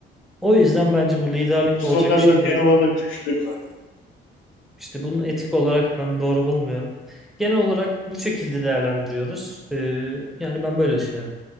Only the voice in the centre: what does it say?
O yüzden bence bu liderlik
de olacak bir şey değil.
İşte bunu etik olarak ben doğru bulmuyorum. Genel olarak bu şekilde değerlendiriyoruz. Ee, yani ben böyle düşünüyorum.